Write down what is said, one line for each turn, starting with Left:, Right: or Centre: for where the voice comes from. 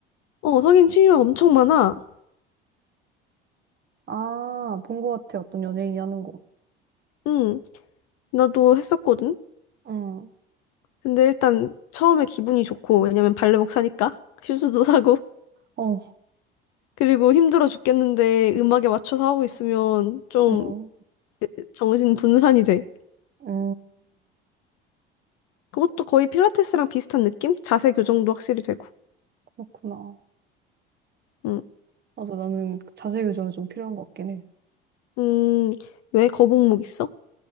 Left: 어, 성인 취미가 엄청 많아.
Right: 아, 본 것 같아. 어떤 연예인이 하는 거.
Left: 응, 나도 했었거든.
Right: 응,
Left: 근데 일단 처음에 기분이 좋고, 왜냐면 발레복 사니까 슈즈도 <laughs> 사고,
Right: 어,
Left: 그리고 힘들어 죽겠는데 음악에 맞춰서 하고 있으면 좀
Right: 응,
Left: 정신 분산이 돼.
Right: 응
Left: 그것도 거의 필라테스랑 비슷한 느낌? 자세 교정도 확실히 되고.
Right: 그렇구나.
Left: 응,
Right: 맞아, 나는 자세 교정이 좀 필요한 것 같긴 해.
Left: 음, 왜 거북목 있어?